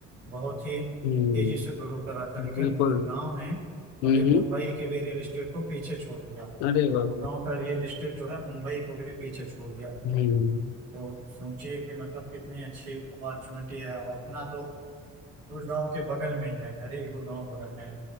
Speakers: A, on the right; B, on the left.
A: बहुत ही
B: हम्म
A: तेजी से ग्रो कर रहा था लेकिन
B: बिल्कुल
A: गुड़गांव ने
B: हम्म
A: अभी
B: हम्म,
A: मुंबई के भी रियल इस्टेट को पीछे छोड़ दिया
B: अरे वाह
A: गुड़गांव का रियल इस्टेट जो है मुंबई को भी पीछे छोड़ दिया
B: हम्म
A: तो सोचिए कि मतलब कितनी अच्छी अपॉर्चुनिटी है और अपना तो गुड़गांव के बगल में ही है घर ही गुड़गांव बगल में है